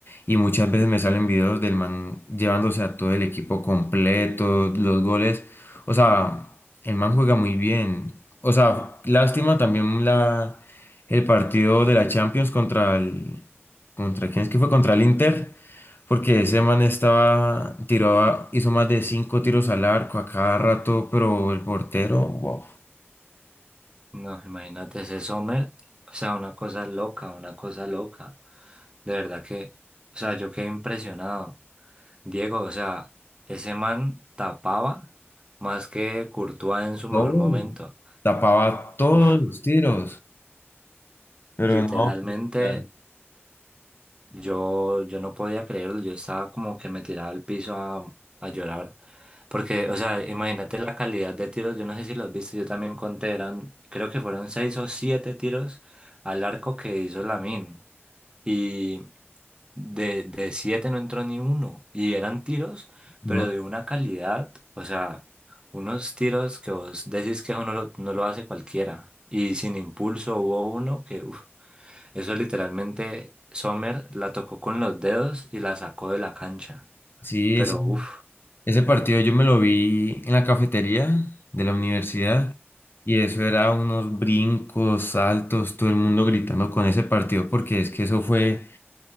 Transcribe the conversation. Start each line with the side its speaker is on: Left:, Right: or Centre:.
Left: y muchas veces me salen videos del man llevándose a todo el equipo completo, los goles, o sea, el man juega muy bien, o sea, lástima también la, el partido de la Champions contra el, contra, ¿quién es que fue? Contra el Inter. Porque ese man estaba, tiraba, hizo más de cinco tiros al arco a cada rato, pero el portero, wow,
Right: No, imagínate ese Sommer, o sea, una cosa loca, una cosa loca. De verdad que, o sea, yo quedé impresionado. Diego, o sea, ese man tapaba más que Courtois en su
Left: todo,
Right: mejor momento.
Left: tapaba todos
Right: Uf,
Left: los tiros. Pero
Right: literalmente
Left: no, ya,
Right: yo, yo no podía creerlo, yo estaba como que me tiraba al piso a, a llorar. Porque, o sea, imagínate la calidad de tiros, yo no sé si los viste, yo también conté, eran, creo que fueron seis o siete tiros al arco que hizo Lamine. y de, de siete no entró ni uno. Y eran tiros,
Left: no.
Right: pero de una calidad, o sea, unos tiros que vos decís que eso no lo, no lo hace cualquiera. Y sin impulso hubo uno que, uf, eso literalmente Sommer la tocó con los dedos y la sacó de la cancha.
Left: Sí,
Right: Pero
Left: ese,
Right: uff,
Left: ese partido yo me lo vi en la cafetería de la universidad y eso era unos brincos, saltos, todo el mundo gritando con ese partido porque es que eso fue,